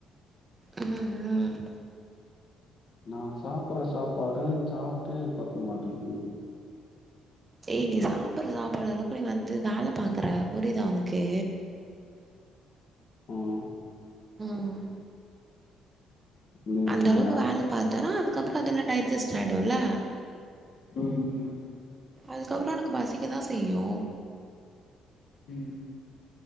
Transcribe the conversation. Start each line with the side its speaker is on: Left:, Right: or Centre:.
Right: அ அ.
Left: நா சாப்பற சாப்பாட்ட நீ சாப்டினா எனக் பத்த மாட்டிகிது.
Right: ஏய் நீ சாப்பற சாப்பாடு அளவுக்கு நீ வந்து வேல பாக்குற புரிதா உனக்கு?
Left: ம்
Right: ம் ம்.
Left: நீங்கியா
Right: அந்த அளவுக்கு வேல பாத்தேனா அதுக்கப்பறோ அதெல்லா டைஜெஸ்ட்டு ஆயிடுல்ல.
Left: ம் ம்
Right: அதுக்கப்பறோ எனக்கு பசிக்க தா செய்யு
Left: ம்